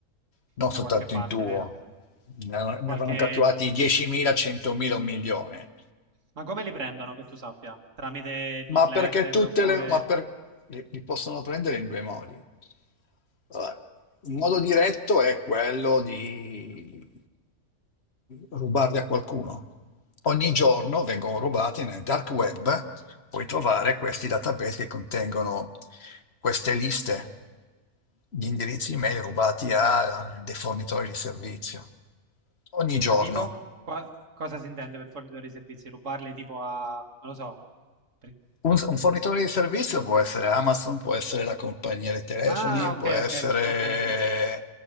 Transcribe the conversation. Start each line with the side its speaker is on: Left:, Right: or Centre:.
Left: non
Right: da
Left: soltanto
Right: qualche parte,
Left: il tuo.
Right: vero?
Left: Ne hanno- ne
Right: Qualche...
Left: avevano catturati 10.000, 100.000, un milione.
Right: Ma come li prendono, che tu sappia? Tramite
Left: Ma
Right: newsletter
Left: perché tutte
Right: oppure...
Left: le... Ma per, li, li possono prendere in due modi. Allora, un modo diretto è quello di rubarli a qualcuno. Ogni giorno vengono rubati nel dark web, puoi trovare questi database che contengono queste liste di indirizzi email rubati a eh, dei fornitori di servizio. Ogni giorno.
Right: Ma tipo? Qua- Cosa si intende per fornitore di servizi? Rubarli tipo a... non lo so. per-
Left: Un, un fornitore di servizio può essere Amazon, può essere la compagnia dei telefoni,
Right: Ah, ok,
Left: può essere...
Right: ok, ok, ok.